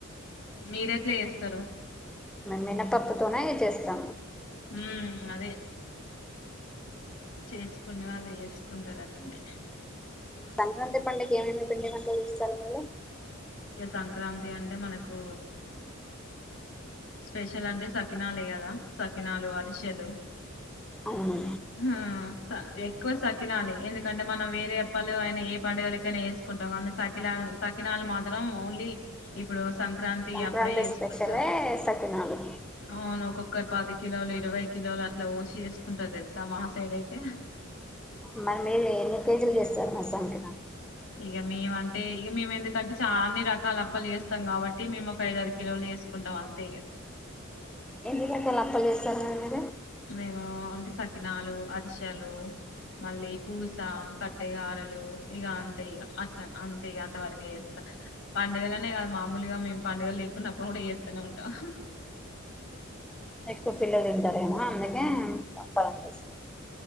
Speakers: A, on the left; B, in the centre.
A: మీరు ఎట్లా చేస్తారు
B: మినపప్పుతోనె చేస్తాం
A: ఉమ్ అదే చేసుకునే వాళ్ళు చేసుకుంటారు అట్లనే
B: సంక్రాంతి పండుగ ఏమేమి పిండి వంటలు చేస్తారు మీరు
A: ఇక సంక్రాంతి అంటే మనకు స్పెషల్ అంటే సకినాలె కదా సకినాలు అరిసెలు
B: అవును
A: హా! ఎక్కువ సకినాలే ఎందుకంటే మనం వేరే అప్పలు అయినా ఏ పండుగలకైనా వేసుకుంటాం కానీ సకినా సకినాలు మాత్రం ఓన్లీ ఇప్పుడు సంక్రాంతి
B: సంక్రాంతి
A: అప్పుడే చేసుకుంటాం
B: స్పెషలే సకినాలు
A: అవును ఒక ఒకరు పది కిలోలు ఇరవై కిలోలు అట్లా ఓసి చేేసుకుంటా తెలుసా మా సైడ్ అయితే
B: మరి మీరు ఎన్ని కేజీలు చేస్తారు మా సకినాలు
A: ఇక మేము అంటే ఇక మేము ఎందుకంటే చా అన్ని రకాల అప్పలు చేస్తాం కాబట్టి మేము ఒక ఐదు ఆరు కిలోలు చేసుకుంటాం అంతే ఇక
B: ఎన్ని రకాల <unintelligible>
A: మేము అంటే సకినాలు అరిసలు మళ్ళీ పూస కట్టకారలు ఇక అంతే అట్ అంతే అంత వరకే చేస్తాం పండుగల అనే కాదు మామూలుగా మేము పండుగలు లేకున్నప్పుడు కూడా చేతనే ఉంటాం
B: ఎక్కువ పిల్లలు తింటారేమో అందుకే తప్పదు అనిపిస్తుంది